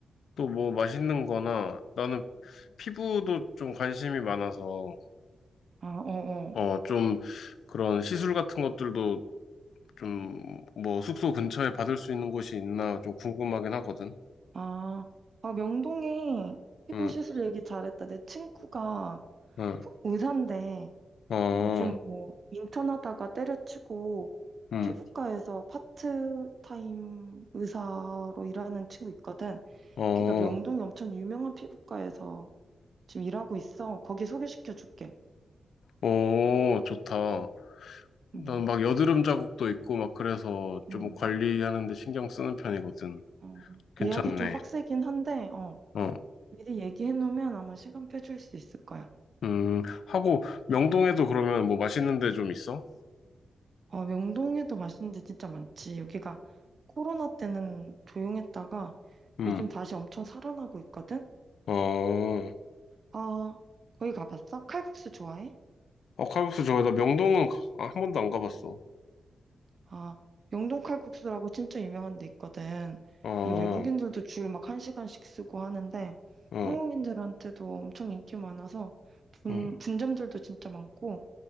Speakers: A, on the left; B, on the right.
A: 또 뭐 맛있는 거나 나는 피부도 좀 관심이 많아서
B: 아, 어, 어.
A: 어, 좀 그런 시술 같은 것들도 좀 뭐 숙소 근처에 받을 수 있는 곳이 있나 좀 궁금하긴 하거든.
B: 아, 아 명동에 피부
A: 응,
B: 시술 얘기 잘했다. 내 친구가
A: 응,
B: 의사인데
A: 어,
B: 요즘 뭐 인턴 하다가 때려치고
A: 응,
B: 피부과에서 파트타임 의사로 일하는 친구 있거든.
A: 어,
B: 걔가 명동이 엄청 유명한 피부과에서 지금 일하고 있어. 거기 소개시켜 줄게.
A: 오, 좋다.
B: 음,
A: 난 막 여드름 자국도 있고 막 그래서 좀
B: 음,
A: 관리하는 데 신경 쓰는 편이거든.
B: 어.
A: 괜찮네.
B: 예약이 좀 빡세긴 한데, 어,
A: 어.
B: 미리 얘기해 놓으면 아마 시간표 줄 수 있을 거야.
A: 음, 하고 명동에도 그러면 뭐 맛있는 데 좀 있어?
B: 어, 명동에도 맛있는 데 진짜 많지. 여기가 코로나 때는 조용했다가
A: 음.
B: 요즘 다시 엄청 살아나고 있거든.
A: 어.
B: 아, 거기 가봤어? 칼국수 좋아해?
A: 어, 칼국수 좋아해. 나 명동은 가- 아, 한 번도 안 가봤어.
B: 아, 영동 칼국수라고 진짜 유명한 데 있거든.
A: 아, 어,
B: 이게 외국인들도 주일 막 한 시간씩 쓰고 하는데
A: 어,
B: 한국인들한테도 엄청 인기 많아서 분,
A: 음.
B: 분점들도 진짜 많고